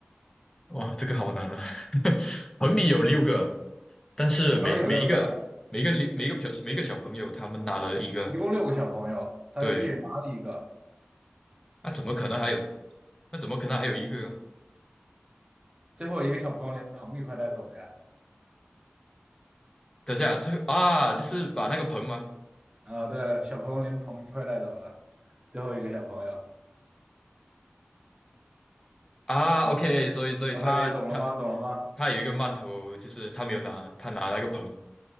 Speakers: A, on the left (about 20°); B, on the right (about 25°).
A: 哇，这个好难啊！<laughs> 棚里有六个，但是每每一个每一个六每一个小每一个小朋友他们拿了一个，
B: 对，棚里有六个，一共六个小朋友，他一人拿了一个，
A: 对，那怎么可能还有？那怎么可能还有一个啊？
B: 最后一个小朋友连棚一块带走了呀。
A: 等下，最后啊，就是把那个盆吗？
B: 啊，对，小朋友连棚一块带走了，最后一个小朋友，
A: 啊，OK，
B: 嗯
A: 所以所以他他
B: ，OK，懂了吗？懂了吗？
A: 他有一个曼头，就是他没有拿，他拿那个盆